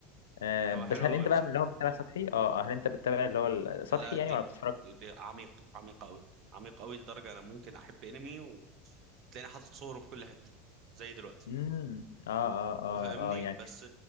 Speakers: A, on the left; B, on the right.
A: آه
B: هو
A: بس
B: حلو
A: هل
B: قوي
A: انت
B: بصراحه
A: بقى من اللي هو بتتابع سطحي اه آه، هل انت بتتابع اللي هو السطحي
B: لا
A: يعني
B: ديب
A: ولا بتتفرج
B: دي, دي عميق عميق قوي عميق قوي لدرجه انا ممكن احب انمي وتلاقيني حاطط صوره في كل حته زي دلوقتي
A: امم اه اه اه
B: فاهمني
A: اه يعني
B: بس